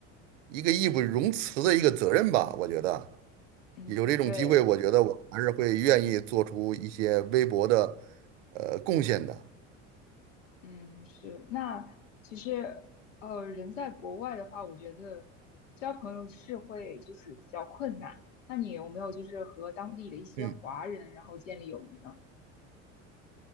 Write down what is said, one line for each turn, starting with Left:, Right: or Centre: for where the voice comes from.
Right: 一个义不容辞的一个责任吧，我觉得。
Left: 嗯，
Right: 有这种机会，
Left: 对，
Right: 我觉得我还是会愿意做出一些微薄的呃贡献的。
Left: 嗯是。那其实呃人在国外的话，我觉得交朋友是会就是比较困难。那你有没有就是和当地的一些华人然后建立友谊呢？
Right: 嗯，